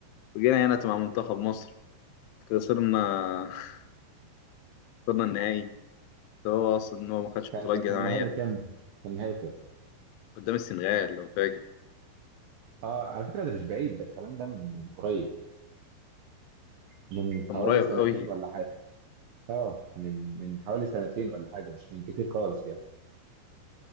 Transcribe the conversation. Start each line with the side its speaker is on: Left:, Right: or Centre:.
Left: وجينا هنا مع منتخب مصر خسرنا <laughs> خسرنا النهائي هو اصلا ان هو ما خدش
Right: كان
Left: بطولات جماعيه
Right: كان نهائي كام ده كان نهائي كام
Left: قدام السنغال لو فاكر
Right: اه على فكره ده مش بعيد ده الكلام ده من من قريب من
Left: كان
Right: حوالي
Left: قريب
Right: سنتين
Left: قوي
Right: ولا حاجه اه من من حوالي سنتين ولا حاجه مش من كتير خالص يعني